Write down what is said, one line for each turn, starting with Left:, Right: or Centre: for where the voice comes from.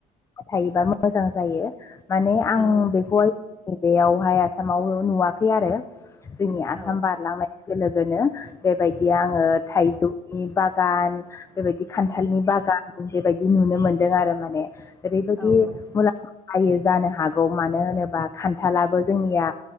Left: थायोबा मोजां जायो माने आं
Centre: औ नोंथां
Left: बेखौहाय नै बेयावहाय आसामाव नुवाखै आरो जोंनि आसाम
Centre: औ
Left: बारलांनाय लोगो लोगोनो बेबायदि
Centre: औ
Left: आङो थाइजौनि बागान बेबायदि खान्थालनि
Centre: औ
Left: बागान बेबायदि नुनो मोन्दों आरो माने ओरैबायदि
Centre: औ औ
Left: मुलाम्फा बायो जानो हागौ मानो होनोबा खान्थालाबो जोंनिया